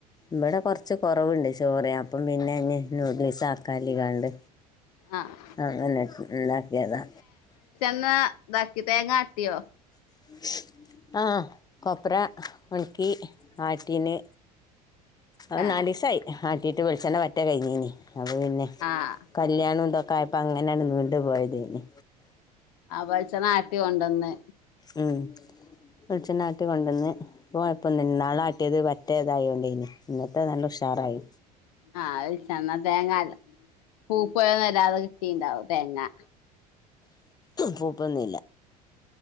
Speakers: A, on the left; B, on the left.
A: ഇവിടെ കുറച്ച് കുറവുണ്ട് ചോറ് അപ്പം പിന്നെ ഇഞ് നൂഡിൽസ് ആക്കാലികാണ്ട്
B: ആഹ്
A: അതെനെ ഉണ്ടാക്കിയതാ
B: പിന്നെ ഇതാക്കി തേങ്ങാട്ടിയോ
A: ഉ ആ കൊപ്ര ഉണക്കി ആട്ടീന് അത്
B: ആഹ്
A: നാല്സ ആയി ആട്ടീട്ട് വെളിചെണ്ണ പറ്റെ കഴിഞ്ഞീനി അത് പിന്നെ
B: ആഹ്
A: കല്യാണം ഇതെക്കെ ആയപ്പോ അങ്ങനെയാണ്ട് നീണ്ടു പോയതേയ്നി
B: ആ വെൾച്ചെണ്ണ ആട്ടി കൊണ്ടന്ന്
A: ഉം വെളിച്ചെണ്ണാട്ടികൊണ്ടന്ന് ഇപ്പോ കെയപ്പെനുല്ല ഇന്നാളാട്ടിയത് പറ്റേ ഇതായോണ്ടേയ്നി ഇന്നത്തെ നല്ല ഉഷാറായി
B: ആഹ് ച്ചന്നാ തേങ്ങല്ല പൂപ്പെന്നും വരാതെ കിട്ടീണ്ടാവും തേങ്ങ
A: പൂപ്പൊന്നില്ല